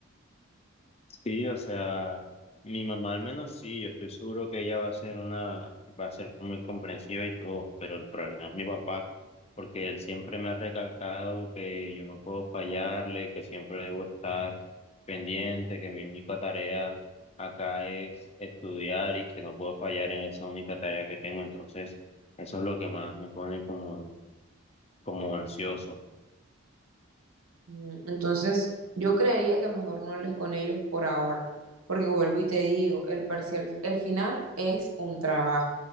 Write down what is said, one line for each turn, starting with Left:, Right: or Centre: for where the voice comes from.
Left: Sí, o sea, mi mamá al menos sí, yo estoy seguro que ella va a ser una, va a ser muy comprensiva y todo, pero el problema es mi papá, porque él siempre me ha recalcado que yo no puedo fallarle, que siempre debo estar pendiente, que mi única tarea acá es estudiar y que no puedo fallar en esa única tarea que tengo, entonces eso es lo que más me pone como, como ansioso.
Right: Mm, Entonces, yo creería que mejor no hables con ellos por ahora, porque vuelvo y te digo, el parcial, el final es un trabajo,